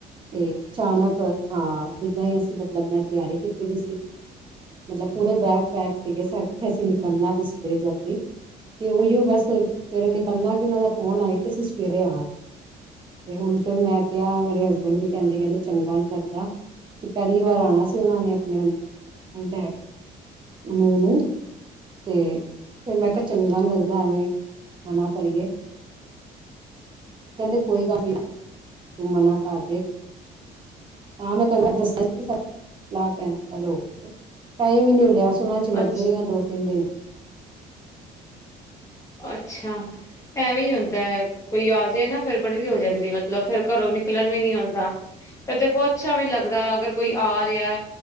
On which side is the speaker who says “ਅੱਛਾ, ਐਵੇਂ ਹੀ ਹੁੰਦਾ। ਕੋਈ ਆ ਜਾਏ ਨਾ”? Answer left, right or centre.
Left